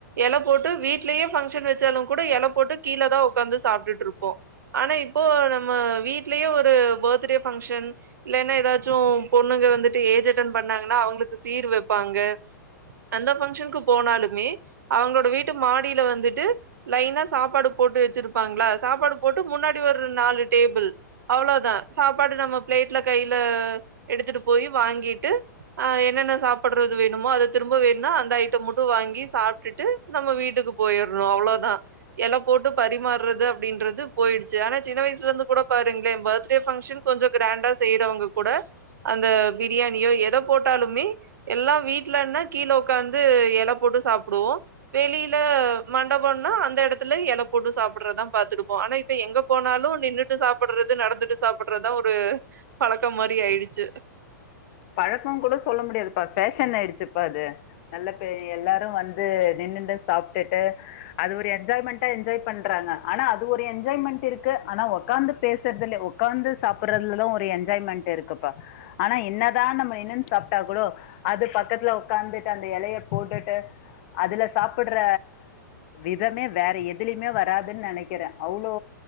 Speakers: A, on the right (about 70°); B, on the left (about 45°).
A: எல போட்டு வீட்லயே ஃபங்க்ஷன் வெச்சாலுங் கூட எல போட்டு கீழ தா உக்காந்து சாப்டுட்ருப்போ ஆனா இப்போ நம்ம வீட்லியே ஒரு பர்த்டே ஃபங்க்ஷன் இல்லென்னா எதாச்சு பொண்ணுங்க வந்துட்டு ஏஜ் அட்டன் பண்ணாங்கன்னா அவுங்ளுக்கு சீரு வெப்பாங்க அந்த ஃபங்ஷன்க்கு போனாலுமே அவுங்களோட வீட்டு மாடில வந்துட்டு லைனா சாப்பாடு போட்டு வெச்சிருப்பாங்ளா சாப்பாடு போட்டு முன்னாடி ஒரு நாலு டேபிள் அவ்ளோதா சாப்பாடு நம்ம ப்ளேட்ல கைல எடுத்துட்டு போயி வாங்கிட்டு அ என்னென்ன சாப்பட்றது வேணுமோ அத திரும்ப வேண்னா அந்த ஐட்டம் முட்டு வாங்கி சாப்டுட்டு நம்ம வீட்டுக்கு போயர்றோ அவ்ளோதா எல போட்டு பரிமார்றது அப்டின்றது போயிடுச்சு ஆனா சின்ன வய்ஸ்லர்ந்து கூட பாருங்ளே பத்டே ஃபங்க்ஷன் கொஞ்சொ க்ராண்டா செய்றவங்க கூட அந்த பிரியாணியோ எத போட்டாலுமே எல்லா வீட்லன்னா கீழ உக்காந்து எல போட்டு சாப்டுவோ வெளில மண்டபோன்னா அந் த எடத்துல எல போட்டு சாப்பட்றதா பாத்திருப்போ ஆனா இப்ப எங்க போனாலு நின்னுட்டு சாப்பட்றது நடந்துட்டு சாப்பட்றதா ஒரு பழக்கம் மாரி ஆயிடுச் ச்சு
B: பழக்கோங் கூட சொல்ல முடியாதுப்பா ஃபேஷன் ஆயிடுச்சுப்பா அது நல்ல பே எல்லாரு வந் து நின்னுன்டு சாப்டுட்டு அது ஒரு என்ஜாய்மெண்டா என்ஜாய் பண்றாங்க ஆனா அது ஒரு என்ஜாய்மெண்ட்டிருக்கு ஆனா ஒக்காந்து பேசர்துலே ஒக்காந்து சாப்புட்றதுலதா ஒரு என்ஜாய்மெண்ட்டிருக்குப்பா ஆனா என்னா தா நம்ம நின்னுன் சாப்ட்டாகூடோ அது பக்கத்ல உக்காந்துட்டு அந்த எலைய போடுட்டு அதுல சாப்புட்ற விதமே வேற எதுலியுமே வராதுன் நெனக்கிறே அவ்ளோ